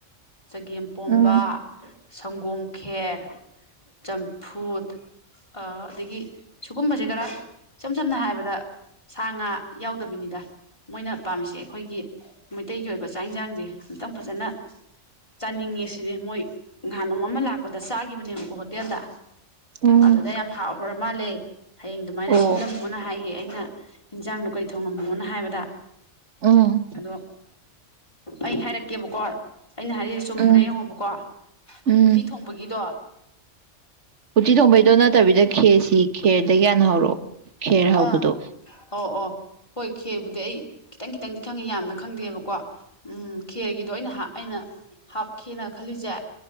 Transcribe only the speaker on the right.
ꯎꯝ
ꯎꯝ
ꯑꯣ
ꯎꯝ
ꯎꯝ
ꯎꯝ
ꯎꯠꯇꯤ ꯊꯣꯡꯕꯩꯗꯣ ꯅꯠꯇꯕꯤꯗ ꯈꯦꯔꯁꯤ ꯈꯦꯔꯗꯩꯩ ꯍꯅꯥ ꯍꯧꯔꯛꯑꯣ ꯈꯦꯔ
ꯍꯧꯕꯗꯣ